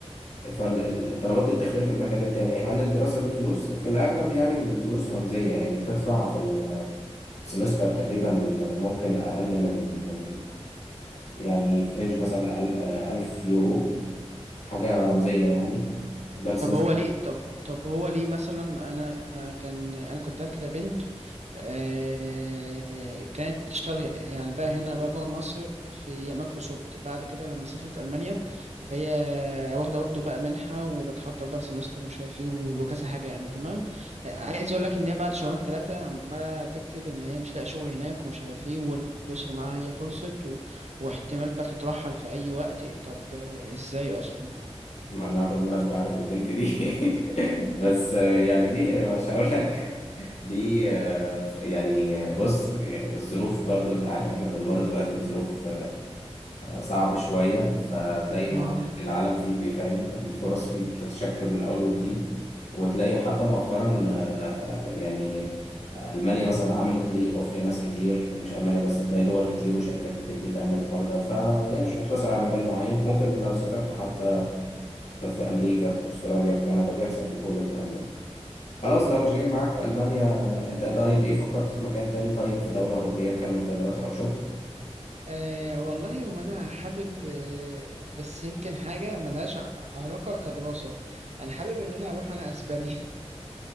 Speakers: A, on the left; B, on the right.
A: فالطلبات دي بتختلف من مكان للتاني هل الدراسة بفلوس؟ في الأغلب يعني الفلوس رمزية يعني بتدفع في ال- السمستر تقريبا ممكن أقل من من يعني في رينج مثلا أل- آه، 1000 يورو حاجة رمزية يعني ده السمستر
B: طب هو ليه طب طب هو ليه مثلا انا كان انا كنت عارف كده بنت آه، كانت بتشتغل ه- يعني بقى هنا بقى جوه مصر في مايكروسوفت بعد كده لما سافرت المانيا فهي واخده برضه بقى منحه وبتحضر بقى سمستر ومش عارف ايه وكذا حاجه يعني تمام آه، عايز اقول لك ان هي بعد شهرين ثلاثه عماله تكتب ان هي مش لاقي شغل هناك ومش عارف ايه والفلوس اللي معاها هي خلصت و... واحتمال بقى تترحل في اي وقت طب آه، ازاي اصلا
A: أنا بالمناسبة عارف البنت دي <laughs> بس آه، يعني دي مش هقول لك دي آه، يعني بص آه، الظروف برضو أنت عارف إحنا بنمر دلوقتي بظروف صعبة شوية فتلاقي العالم,
B: اه
A: العالم فيه بيفهم الفرص فيه بتتشكل من أول وجديد وتلاقي حتى مؤخرا آه، يعني ألمانيا مثلا عملت لي أوف لناس كتير ومش ألمانيا بس تلاقي دول كتير وشركات كتير بتعمل الحوار ده فهي مش مقتصرة على مكان معين ممكن لو سافرت حتى في في أمريكا في أستراليا في كندا بيحصل في كل الكلام ده خلاص لو مش جاي معاك ألمانيا أنت طيب إيه فكرت في مكان تاني طيب في دولة أوروبية تكمل فيها دراسة أو شغل؟
B: أه والله وانا حابب أه بس يمكن حاجه ملهاش ع- علاقه كدراسه انا حابب ان انا اروح انا اسبانيا <laughs>